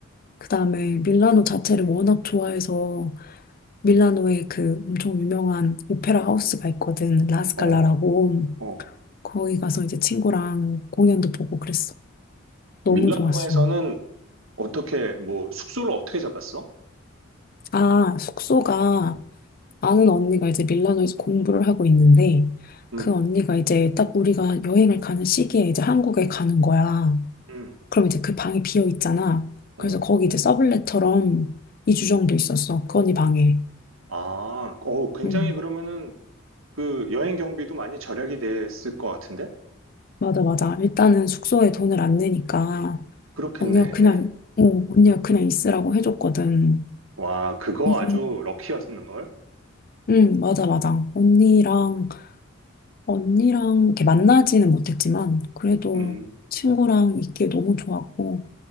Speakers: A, on the left; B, on the right.
A: 그다음에 밀라노 자체를 워낙 좋아해서 밀라노에 그 엄청 유명한 오페라 하우스가 있거든. 라스칼라라고.
B: 어, 어.
A: 거기 가서 이제 친구랑 공연도 보고 그랬어. 너무
B: 밀라노에서는
A: 좋았어.
B: 어떻게, 뭐 숙소를 어떻게 잡았어?
A: 아, 숙소가 아는 언니가 이제 밀라노에서 공부를 하고 있는데
B: 음,
A: 그 언니가 이제 딱 우리가 여행을 가는 시기에 이제 한국에 가는 거야.
B: 음,
A: 그럼 이제 그 방이 비어 있잖아.
B: 어.
A: 그래서 거기 이제 서블렛처럼 2주 정도 있었어. 그 언니 방에.
B: 아, 어, 굉장히
A: 음.
B: 그러면은 그 여행 경비도 많이 절약이 됐을 것 같은데?
A: 맞아, 맞아. 일단은 숙소에 돈을 안 내니까
B: 그렇겠네.
A: 언니가 그냥, 어, 언니가 그냥 있으라고 해줬거든.
B: 와, 그거
A: 그래서,
B: 아주 럭키였는걸?
A: 응, 맞아, 맞아. 언니랑, 언니랑 이렇게 만나지는 못했지만, 그래도
B: 음,
A: 친구랑 있기에 너무 좋았고,